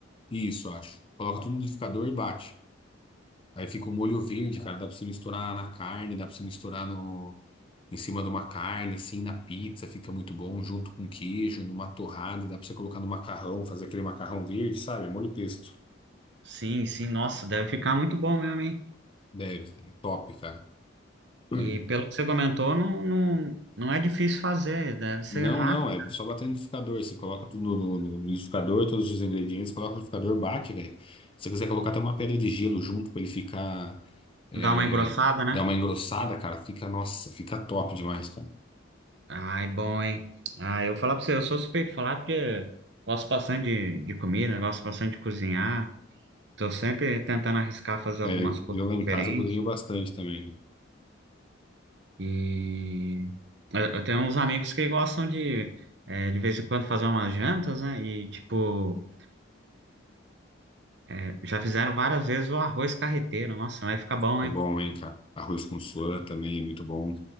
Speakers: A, on the left; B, on the right.
A: e isso, eu acho. Coloca tudo no liquidificador e bate. Aí fica o molho verde, cara, dá pra você misturar na carne, dá pra você misturar no em cima de uma carne, assim, na pizza, fica muito bom, junto com queijo, numa torrada, dá pra você colocar no macarrão, fazer aquele macarrão verde, sabe? Molho pesto.
B: Sim, sim, nossa, deve ficar muito bom mesmo, hein?
A: Deve, é top, cara. <clears throat>
B: E pelo que você comentou, não, não, não é difícil fazer, deve ser
A: Não,
B: rápido.
A: não, é só bater no liquidificador. Você coloca tudo no, no, no liquidificador, todos os ingredientes, coloca no liquidificador, bate, velho. Se você quiser colocar até uma pedra de gelo junto pra ele ficar, é,
B: Dar uma engrossada, né?
A: dar uma engrossada, cara, fica, nossa, fica top demais, cara.
B: Ai, bom, hein? Ah, eu vou falar pra você, eu sou suspeito de falar porque gosto bastante de, de comida, gosto bastante de cozinhar. Tô sempre tentando arriscar fazer algumas
A: É,
B: coisas
A: eu lá em
B: diferentes.
A: casa eu cozinho bastante também.
B: E eu eu tenho uns amigos que gostam de, eh, de vez em quando, fazer umas jantas, né? E, tipo, eh, já fizeram várias vezes o arroz carreteiro. Nossa, vai ficar bom,
A: Tá
B: hein?
A: bom, hein, cara? Arroz com suã também é muito bom.